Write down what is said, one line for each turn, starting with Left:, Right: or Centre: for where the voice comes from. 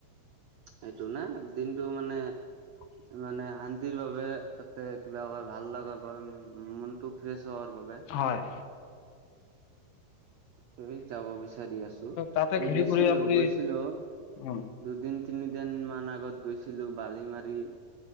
Right: সেইটো না দিনটো মানে
Left: <inaudible>
Right: মানে শান্তিৰ বাবে তাতে কিবা ভাল লগা বা মনটো ফ্ৰেছ হোৱাৰ বাবে।
Left: হয়।
Right: তই যাব বিচাৰি আছো
Left: তাতে
Right: মই
Left: ঘূৰি
Right: গিছিলো
Left: ফুৰি আপুনি
Right: গৈছিলো।
Left: অ
Right: দুদিন তিনিদিন মান আগত গৈছিলো বালি মাৰি।